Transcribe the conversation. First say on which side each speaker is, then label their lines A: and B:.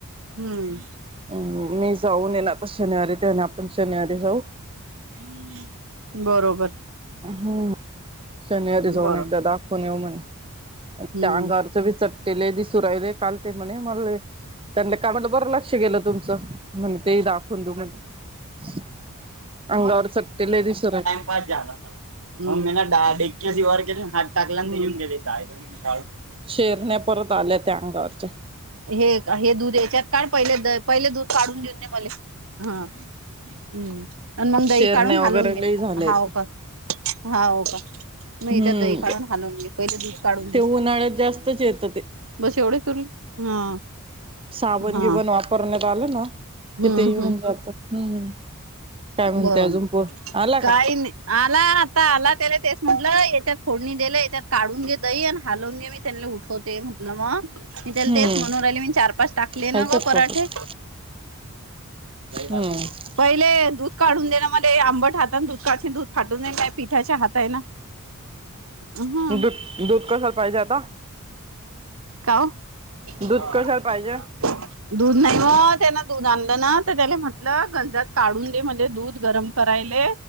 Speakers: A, on the right; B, on the right.
A: हम्म.
B: हम्, मी जाऊन येनार, आता शनिवारी. ते आणि आपण शनिवारी जाऊ.
A: <inaudible> बरोबर.
B: हम्म. शनिवारी जाऊन
A: बरो
B: एकदा दाखवून येऊ म्हणे.
A: हम्म
B: त्या अंगार बी चट्टे लय दिसू राहिले. काल ते म्हणे, मला लई त्यांली काय म्हणलं, बरं लक्ष गेलं. तुमचं. म्हण ते दाखवून देऊ म्हणे. अंगावर चट्टे लय दिसू राहिले.
A: बास झालं आता. मम्मी ने डाड एकया जीवावर केले. हात टाकला न ऊन गेले. जा <unintelligible>
B: शेरण्या परत आल्या त्या, अंगावरच्या.
A: हे, हे दूध याच्यात काढ. पहिले द पहिले दूध काढून देऊन दे मले. हा, हम्. अन् मंग
B: शेरण्या
A: दही काढून हालवून
B: वगैरे
A: घे.
B: लय झाल्या
A: हाव
B: आहेत
A: का. हा, हो का? म
B: हम्म
A: त्या दही काढून हालून दे. पहिले दूध काढून दे.
B: ते उन्हाळ्यात जास्तच येतं ते
A: बस, एवढेच उरले? हा.
B: साबण-
A: हा
B: गिबण वापरण्यात आलं ना.
A: हम्म
B: कि ते ही होऊन
A: हम्म
B: जात. हम्. काय म्हणते,
A: बरोबर
B: अजून पोर? आला
A: काही
B: का?
A: नाही आला आता आला. त्याला तेच म्हटलं. याच्यात फोडणी दिलं याच्यात काढून घे, दई आणि हलवून घे. मी त्यानला उठवते म्हटलं, मग. मी त्याला
B: हम्म
A: तेच म्हणु राहिले. मी चार- पाच टाकले
B: खायचं
A: ना गं
B: का
A: पराठे.
B: पापड?
A: जाई टाकुन
B: हम्म
A: दे. पहिले, दूध काढून देण मले. आंबट हातानं दूध काढशील, दूध फाटून जाईल. काय पिठाचे हातय ना. ह. <unintelligible>
B: दूध दूध कशाला पाहिजे आता
A: का, ओ? <unintelligible>
B: दूध कशाला पाहिजे
A: दूध नाही ओ. त्यांना दूध आणलं ना, तर त्याले म्हटलं गंजात काढून दे, म्हणले. दूध गरम करायले.